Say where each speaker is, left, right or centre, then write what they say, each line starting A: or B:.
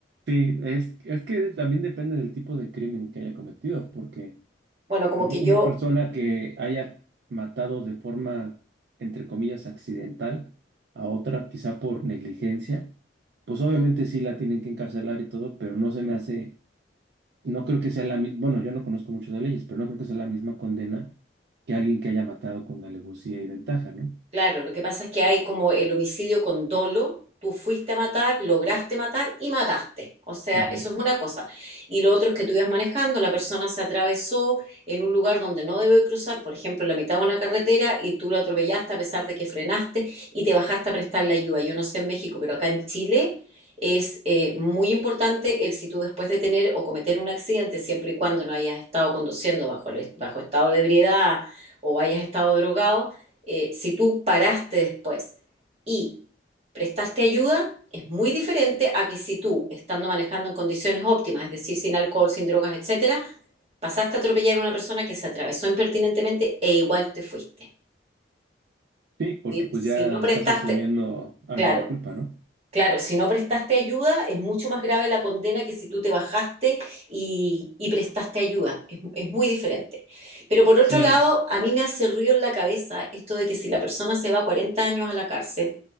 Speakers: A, on the right; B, on the right.
A: Sí, es, es que también depende del tipo de crimen que haya cometido, porque,
B: Bueno, como
A: porque
B: que
A: una
B: yo
A: persona que haya matado de forma, entre comillas, accidental a otra, quizá por negligencia, pues obviamente sí la tienen que encarcelar y todo, pero no se me hace, no creo que sea la misma, bueno, yo no conozco mucho de leyes, pero no creo que sea la misma condena que alguien que haya matado con alevosía y ventaja, ¿no?
B: Claro, lo que pasa es que hay como el homicidio con dolo, tú fuiste a matar, lograste matar y mataste. O sea,
A: Ujú.
B: eso es una cosa. Y lo otro es que tú ibas manejando, la persona se atravesó en un lugar donde no debe cruzar, por ejemplo, la mitad de una carretera y tú lo atropellaste a pesar de que frenaste y te bajaste a prestarle ayuda. Yo no sé en México, pero acá en Chile es eh, muy importante el si tú después de tener o cometer un accidente, siempre y cuando no hayas estado conduciendo bajo, el- bajo estado de ebriedad o hayas estado drogado, eh, si tú paraste después y prestaste ayuda, es muy diferente a que si tú, estando manejando en condiciones óptimas, es decir, sin alcohol, sin drogas, etcétera, pasaste a atropellar a una persona que se atravesó impertinentemente e igual te fuiste.
A: Sí, porque
B: Si,
A: pues
B: si
A: ya
B: no prestaste,
A: estás asumiendo algo
B: claro,
A: de culpa, ¿no?
B: Claro, si no prestaste ayuda, es mucho más grave la condena que si tú te bajaste y, y prestaste ayuda. Es, es muy diferente. Pero por otro
A: Sí,
B: lado, a mí me hace ruido en la cabeza esto de que si la persona se va 40 años a la cárcel,